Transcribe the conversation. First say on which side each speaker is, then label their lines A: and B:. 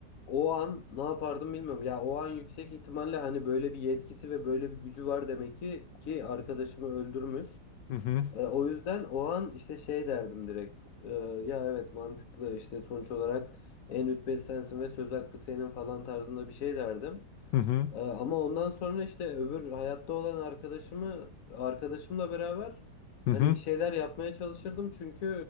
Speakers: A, on the left; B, on the left.
A: o an ne yapardım bilmiyorum. Ya o an yüksek ihtimalle hani böyle bir yetkisi ve böyle bir gücü var demek ki ki arkadaşımı öldürmüş.
B: Hı hı.
A: E, o yüzden o an işte şey derdim direkt. E, ya evet mantıklı işte sonuç olarak en rütbeli sensin ve söz hakkı senin falan tarzında bir şey derdim.
B: Hı hı.
A: Ee, Ama ondan sonra işte öbür hayatta olan arkadaşımı arkadaşımla beraber
B: Hı hı.
A: hani bir şeyler yapmaya çalışırdım çünkü